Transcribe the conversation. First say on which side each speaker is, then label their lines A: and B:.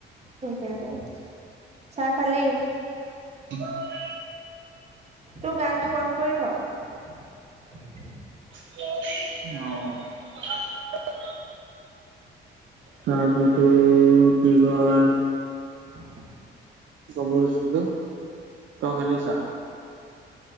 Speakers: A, on the right (about 35°); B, on the right (about 70°).
A: সেইখিনিতে। চাহ খালি?
B: <unintelligible>
A: তোৰ গানটো বন্ধ কৰি থ।
B: অ। তাৰপৰা তোৰ কি <unintelligible>
A: <unintelligible>
B: ক'ব লৈছিলোঁ, তই খালি চাহ?